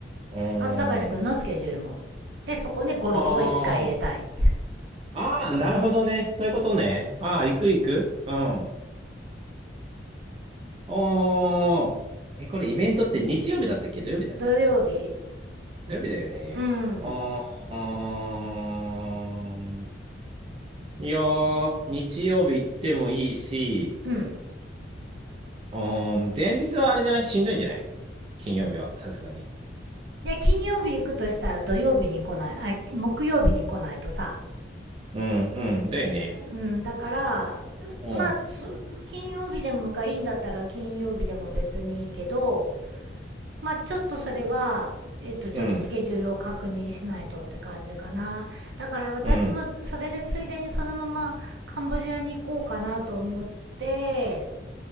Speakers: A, on the right; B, on the right.
A: うーん。
B: あ、たかしくんのスケジュールも。で、そこにゴルフを一回入れたい。
A: あーあー、なるほどね。そういうことね。ああ、行く行く。うん。おー。え、これイベントって日曜日だったっけ土曜日だったっけ
B: 土曜日。
A: 土曜日だよね。
B: うん。
A: あー。いやー、日曜日行ってもいいし、
B: うん。
A: うーん、前日はあれじゃないしんどいんじゃない金曜日は、さすがに。
B: いや、金曜日行くとしたら土曜日に来ない、あ、木曜日に来ないとさ。
A: うん、うん、だよね。
B: うん、だから、
A: うん、
B: まあ、金曜日でもがいいんだったら金曜日でも別にいいけど、まあちょっとそれは、えっと、ちょっとスケジュールを確認しないとって感じかな。
A: うん、
B: だから私もそれでついでにそのままカンボジアに行こうかなと思って、
A: うん。